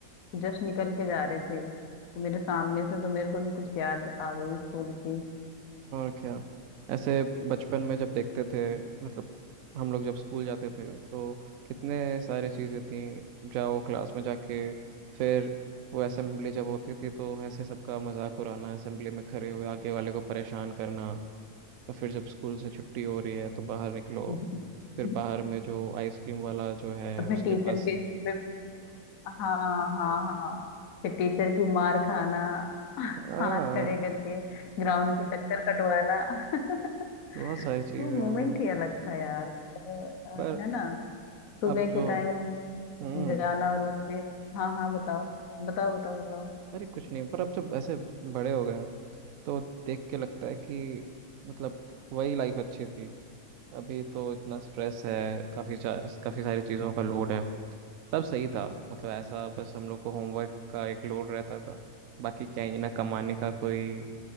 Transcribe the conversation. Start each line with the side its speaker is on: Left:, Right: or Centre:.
Left: जस्ट निकल के जा रहे थे तो मेरे सामने से तो मेरे को भी कुछ याद आ गई स्कूल की
Right: और क्या ऐसे बचपन में जब देखते थे मतलब हम लोग जब स्कूल जाते थे तो कितने सारे चीज़ें थी जाओ क्लास में जाके फिर वो असेंबली जब होती थी तो ऐसे सबका मजाक उड़ाना असेंबली में खड़े हुए आगे वाले को परेशान करना तो फिर जब स्कूल से छुट्टी हो रही है तो बाहर निकलो
Left: <laughs>
Right: फिर बाहर में जो आइसक्रीम वाला जो है
Left: अपने
Right: उसके
Left: टीचर
Right: पास
Left: के पे हाँ हाँ हाँ फिर टीचर की मार खाना
Right: हाँ
Left: हाथ खड़े करके ग्राउंड के चक्कर कटवाना <laughs>
Right: बहुत सारी चीज़ें
Left: वो
Right: हैं
Left: मोमेंट ही अलग था यार तो, अ,
Right: पर
Left: है ना सुबह
Right: अब जो
Left: के टाइम
Right: हम्म
Left: जाना और उसमें हाँ हाँ बताओ बताओ बताओ बताओ
Right: अरे कुछ नहीं पर अब जब ऐसे बड़े हो गए तो देख के लगता है कि मतलब वही लाइफ अच्छी थी अभी तो इतना स्ट्रेस है काफ़ी काफ़ी सारी चीज़ों का लोड है तब सही था मतलब ऐसा बस हम लोग को होमवर्क का एक लोड रहता था बाकी क्या ही ना कमाने का कोई